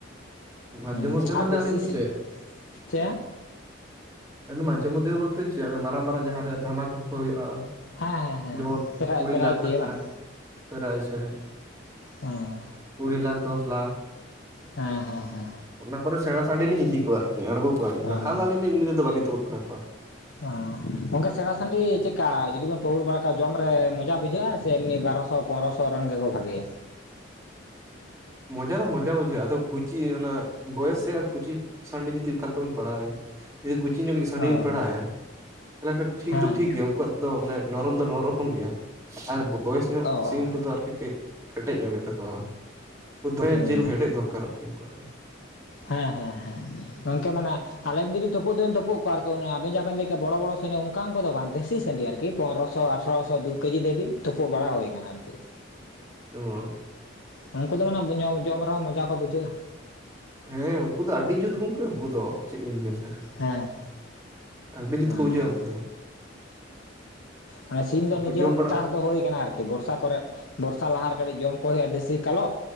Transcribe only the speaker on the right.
ᱢᱟᱡᱷᱮ
ᱢᱚᱫᱡᱷᱮ
ᱢᱟᱱᱮ
ᱟᱞᱤᱧ ᱫᱚ
ᱪᱮᱫ
ᱟᱫᱚ ᱢᱟᱡᱮ ᱢᱚᱫᱽᱫᱷᱮ ᱫᱚ ᱵᱚᱞᱛᱮ ᱪᱮᱫ ᱢᱟᱨᱟᱝ ᱢᱟᱨᱟᱝ ᱡᱟᱦᱟᱸ ᱨᱮ ᱫᱷᱟᱢᱟᱠᱟ ᱠᱚ ᱦᱩᱭᱩᱜᱼᱟ
ᱡᱮᱢᱚᱱ
ᱠᱩᱲᱤ
ᱞᱟᱠᱷ
ᱴᱟᱠᱟ
<unintelligible>
ᱠᱩᱲᱤ ᱞᱟᱠᱷ ᱫᱚᱥ ᱞᱟᱠᱷ
ᱚᱱᱟ ᱠᱚᱨᱮ ᱥᱮᱬᱟ ᱥᱟᱺᱰᱤᱞᱤᱧ ᱤᱫᱤ ᱠᱚᱣᱟ ᱟᱨᱠᱤ ᱟᱬᱜᱚ ᱠᱚᱣᱟᱞᱤᱧ
ᱵᱟᱠᱷᱟᱱ ᱫᱚ ᱟᱹᱞᱤᱧ ᱫᱚ ᱤ ᱮᱢᱱᱤ ᱛᱮᱫᱚ ᱵᱟᱞᱤᱧ ᱛᱩᱯᱩᱜ ᱵᱟᱲᱟ ᱠᱚᱣᱟ
ᱢᱚᱡᱟ ᱫᱚ ᱢᱚᱡᱟ ᱵᱩᱡᱷᱟᱹᱜᱼᱟ ᱟᱫᱚ ᱠᱩᱪᱤ ᱚᱱᱟ ᱵᱚᱭᱮᱥ ᱨᱮᱭᱟᱜ ᱠᱩᱪᱤ ᱥᱟᱺᱰᱤ ᱡᱩᱫᱤ ᱚᱠᱟᱞᱮᱠᱟ ᱵᱤᱱ ᱯᱟᱲᱟᱣᱮᱭᱟ ᱡᱩᱫᱤ ᱠᱩᱪᱤ ᱧᱚᱜᱤᱡ ᱥᱟᱺᱰᱤ
ᱵᱤᱱ ᱯᱟᱲᱟᱣᱮᱭᱟ ᱛᱟᱦᱚᱞᱮ ᱠᱷᱟᱱ ᱴᱷᱤᱠ
ᱫᱚ ᱴᱷᱤᱠ ᱜᱮᱭᱟ ᱩᱱᱠᱩᱣᱟᱜ ᱫᱚ ᱢᱟᱱᱮ ᱱᱚᱨᱚᱢ ᱫᱚ ᱱᱚᱨᱚᱢ ᱜᱮᱭᱟ ᱟᱨ ᱵᱚᱭᱮᱥ ᱧᱚᱜ
ᱥᱤᱢ ᱠᱚᱫᱚ ᱟᱨᱠᱤ ᱠᱟᱹᱡ ᱠᱮᱴᱮᱡᱽ ᱧᱚᱜ ᱜᱮ ᱛᱟᱠᱚᱣᱟ <unintelligible>
ᱡᱤᱞ ᱠᱮᱴᱮᱡᱽ ᱫᱚᱨᱠᱟᱨᱚᱼᱟ <unintelligible>
ᱚᱦᱚ
ᱦᱮᱸ ᱩᱱᱠᱩ ᱫᱚ ᱟᱹᱰᱤ ᱡᱩᱛ ᱜᱚᱝᱠᱮ ᱩᱱᱠᱩ ᱫᱚ ᱪᱮᱫ ᱤᱧ ᱢᱮᱱᱟ᱾
ᱟᱰᱤ ᱡᱩᱛ
ᱠᱚ ᱵᱩᱡᱷᱟ. ᱜᱼᱟ ᱩᱱᱠᱩ ᱫᱚ
ᱩᱱᱠᱩ
ᱡᱚᱢ
ᱵᱟᱲᱟᱜ